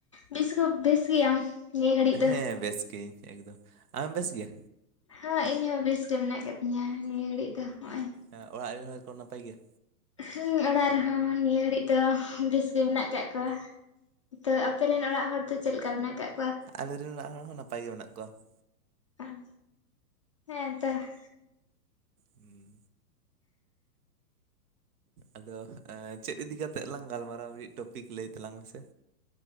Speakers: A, on the left; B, on the right.
A: ᱵᱮᱥᱠᱩ ᱵᱮᱥ ᱜᱮᱭᱟᱢ? ᱱᱤᱭᱟᱹ ᱜᱷᱟᱹᱲᱤᱡ ᱫᱚ
B: ᱦᱮᱸ ᱵᱮᱥ ᱜᱮᱭᱟᱹᱧ ᱮᱠᱫᱚᱢ ᱟᱢᱮᱢ ᱵᱮᱥ ᱜᱮᱭᱟ
A: ᱦᱚᱸ ᱤᱧ ᱦᱚᱸ ᱵᱮᱥ ᱜᱮ ᱢᱮᱱᱟᱜ ᱠᱟᱫᱤᱧᱟ ᱱᱤᱭᱟᱹ ᱜᱷᱟᱹᱲᱤᱡ ᱫᱚ ᱦᱚᱸᱜᱼᱚᱭ
B: ᱮᱸ ᱚᱲᱟᱜ ᱨᱮᱱ ᱦᱚᱲ ᱠᱚ ᱱᱟᱯᱟᱭ ᱜᱮᱭᱟ
A: ᱦᱩᱸ ᱚᱲᱟᱜ ᱨᱮ ᱦᱚᱸ ᱱᱤᱭᱟᱹ ᱜᱷᱟᱹᱲᱤᱡ ᱫᱚ ᱵᱮᱥ ᱜᱮ ᱢᱮᱱᱟᱜ ᱠᱟᱜ ᱠᱚᱣᱟ ᱾ ᱛᱚ ᱟᱯᱮ ᱨᱮᱱ ᱚᱲᱟᱜ ᱦᱚᱲ ᱫᱚ ᱪᱮᱫ ᱞᱮᱠᱟ ᱢᱮᱱᱟᱜ ᱠᱟᱜ ᱠᱚᱣᱟ?
B: ᱟᱞᱮᱨᱤᱱ ᱚᱲᱟᱜ ᱦᱚᱲ ᱦᱚᱸ ᱱᱟᱯᱟᱭ ᱜᱮ ᱢᱮᱱᱟᱜ ᱠᱚᱣᱟ ᱾
A: ᱚ ᱦᱮᱸ ᱛᱚ ᱾
B: ᱦᱩᱸᱢ ᱟᱫᱚ ᱮᱸ ᱪᱮᱫ ᱤᱫᱤ ᱠᱟᱛᱮᱜ ᱞᱟᱝ ᱜᱟᱞᱢᱟᱨᱟᱣ ᱢᱤᱫ ᱴᱚᱯᱤᱠ ᱞᱟᱹᱭ ᱛᱟᱞᱟᱝ ᱢᱮ ᱥᱮ?